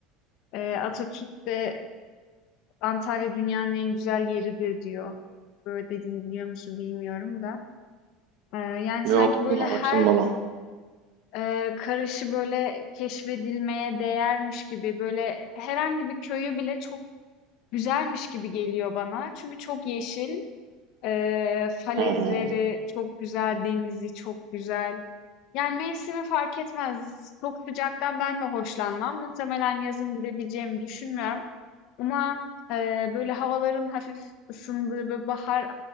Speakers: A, on the left; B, on the right.
A: Ee, Atatürk de Antalya dünyanın en güzel yeridir diyor. Böyle dediğini biliyor musun bilmiyorum da. Ee, yani sanki
B: Yok,
A: böyle
B: duymamıştım
A: her
B: bunu.
A: Eee, karışı böyle keşfedilmeye değermiş gibi böyle herhangi bir köyü bile çok güzelmiş gibi geliyor bana. Çünkü çok yeşil, eee, falezleri
B: Hı hı.
A: çok güzel, denizi çok güzel. Yani mevsimi fark etmez. Çok sıcaktan ben de hoşlanmam. Muhtemelen yazın gidebileceğimi düşünmüyorum. Ama eee, böyle havaların hafif ısındığı böyle bahar